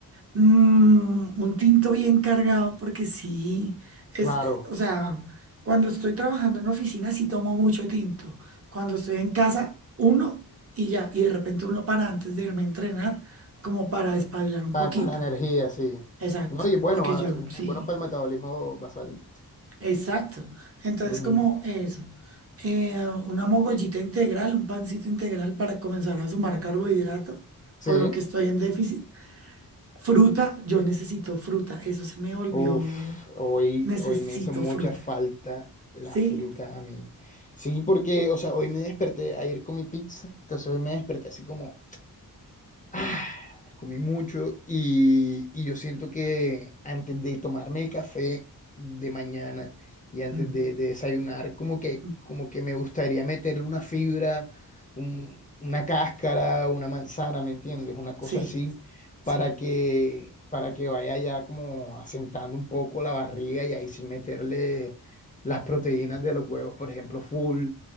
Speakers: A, on the right; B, on the left.
A: Mm, un tinto bien cargado porque sí, es,
B: claro,
A: o sea, cuando estoy trabajando en oficina sí tomo mucho tinto. Cuando estoy en casa, uno y ya. Y de repente uno para antes de irme a entrenar, como para espabilar un
B: pa-
A: poquito.
B: para, energía, sí.
A: Exacto,
B: No, y es bueno,
A: porque
B: ah,
A: yo sí.
B: es bueno para el metabolismo basal.
A: Exacto. Entonces,
B: Ujú.
A: como eso, eh, una mogollita integral, un pancito integral para comenzar a sumar carbohidrato,
B: Sí.
A: por lo que estoy en déficit. Fruta, yo necesito fruta, eso se me volvió,
B: Uf, hoy,
A: necesito
B: hoy me hizo mucha
A: fruta.
B: falta la
A: ¿Sí?
B: fruta a mí. Sí, porque, o sea, hoy me desperté, ayer comí pizza, entonces hoy me desperté así como, ¡ah! comí mucho y, y yo siento que antes de tomarme el café de mañana y antes
A: Mm,
B: de, de desayunar, como que,
A: mm,
B: como que me gustaría meterle una fibra, un- una cáscara, una manzana, ¿me entiendes? Una cosa
A: Sí,
B: así, para
A: sí.
B: que, para que vaya ya como asentando un poco la barriga y ahí sí meterle las proteínas de los huevos, por ejemplo, full